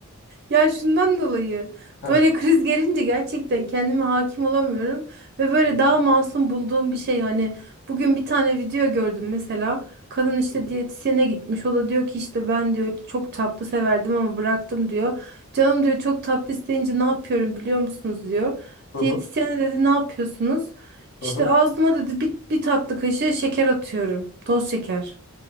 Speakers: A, on the right (about 50°); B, on the left (about 55°).
A: Ya şundan dolayı
B: Heh.
A: böyle kriz gelince gerçekten kendime hakim olamıyorum ve böyle
B: Hı hı,
A: daha masum bulduğum bir şey hani bugün bir tane video gördüm mesela kadın işte
B: hı hı,
A: diyetisyene gitmiş o da diyor ki işte ben diyor çok tatlı severdim ama bıraktım diyor canım diyor çok tatlı isteyince ne yapıyorum biliyor musunuz diyor
B: hı hı.
A: diyetisyene dedi ne yapıyorsunuz işte
B: hı hı.
A: ağzıma dedi bir, bir tatlı kaşığı şeker atıyorum toz şeker.